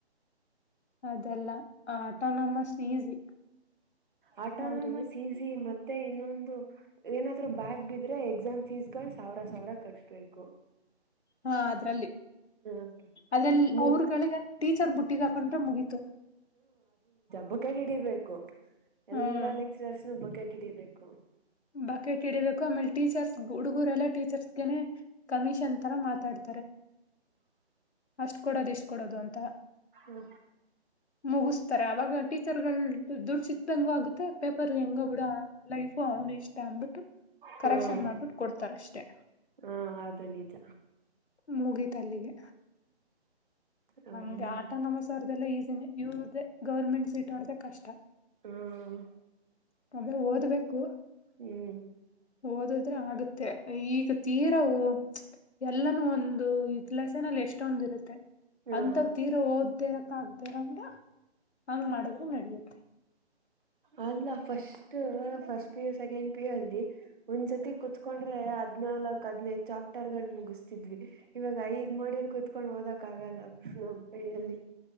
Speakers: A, on the left; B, on the right.
A: ಅದೆಲ್ಲ ಆಟೋನಾಂಮಸ್ ಈಸಿ.
B: ಅಟೋನಮಸ್ಈಜಿ
A: ಅವ್ರಿಗೆ
B: ಮತ್ತ್ ಮತ್ತೆ ಇನ್ನೊಂದು ಏನಾದ್ರು ಬ್ಯಾಗ್ ಬಿದ್ರೆ ಎಕ್ಸಾಮ್ ಫೀಸಗಳ್ ಸಾವಿರ ಸಾವಿರ ಕಟ್ಬೇಕು.
A: ಹಾ ಅದ್ರಲ್ಲಿ.
B: ಹ್ಮ್
A: ಆದ್ರಲ್
B: ಮೂರ್
A: ಅವ್ರಗಳಿಗೆ ಟೀಚರ್ ಬುಟ್ಟಿಗ್ ಹಾಕೊಂಡ್ರೆ ಮುಗೀತು.
B: ಬಕೇಟ್ ಹಿಡಿಬೇಕು ಎಲ್ಲಾ
A: ಹ್ಮ್
B: ಲೆಕ್ಚರ್ಸು ಬಕಾಟ್ ಹಿಡಿಬೇಕು.
A: ಬಕೆಟ್ ಇಡಿಬೇಕು ಆಮೇಲೆ ಟೀಚರ್ಸ್ ಹುಡುಗರೆಲ್ಲಾ ಟೀಚರ್ಸ್ಗೆನೆ ಕಮಿಷನ್ ತರಾ ಮಾತಾಡ್ ಅಷ್ಟ್ ಕೊಡೋದ ಇಷ್ಟ್ ಕೊಡೋದು ಅಂತ.
B: ಹ
A: ಮುಗಸ್ತಾರೆ ಅವಾಗ ಟೀಚರ್ಗಳ ದುಡ್ಡ ಸಿಗ್. ಕ್ದಂಗು ಆಗುತ್ತೆ ಪೇಪರ್ ಹೆಂಗೊ ಬಿಡೊ ಅವನ ಲೈಫು ಅವನ ಇಷ್ಟ ಅಂದ್ಬಿಟ್.
B: ಹ್ಮ್
A: ಕರೆಕ್ಷನ್ ಮಾಡ್ಬಿಟ್ಟ ಕೊಡ್ತಾರ ಅಷ್ಟೆ.
B: ಹಾ ಅದು ನಿಜ
A: ಮುಗಿತ ಅಲ್ಲಿಗೆ.
B: ಹ್ಮ್
A: ನಮದ ಆಟೋನಮಸೊರ್ದೇಲ್ಲಾ ಈಸಿನೇ ಇವ್ರ್ದೇ ಗೌರ್ಮೆಂಟ್ ಸಿಟೊರ್ದೆ ಕಷ್ಟಾ.
B: ಹ್ಮ್
A: ಅದು ಓದ್ಬೇಕು.
B: ಹ್ಮ್
A: ಓದದ್ರೆ ಆಗುತ್ತೆ ಈಗ. ತೀರವು ಎಲ್ಲಾನೂ ಒಂದು ಲೆಸನಲ್ ಎಷ್ಟೊಂದ ಇರುತ್ತೆ.
B: ಹಾ
A: ಅಂತವ್ ತೀರ ಓದದೇ ಇರಾಕ್ ಆಗ್ದೇ ಇರೊಂತ ಹಂಗ ಮಾಡದ್ರ ನಡಿಯುತ್ತೆ.
B: ಅಲ್ಲ first first P U second P U ಅಲ್ಲಿ. ಒಂದ್ಸತಿ ಕೂತ್ಕೊಂಡ್ರೆ ಆದ್. ಹಾದನಾಲ್ಕ ಹಾಡನೈದ್ ಚಾಪ್ಟರ್ ಗಳ್ ಮುಗಿಸ್ತಿದ್ವಿ ಇವಾಗ ಐದ್ ಮಾಡುಲ್ ಕುೂತ್ಕೊಂಡ ಓದಾಕ್. ಕ್ಕ ಆಗಲ್ಲ <unintelligible> ಯಲಿ.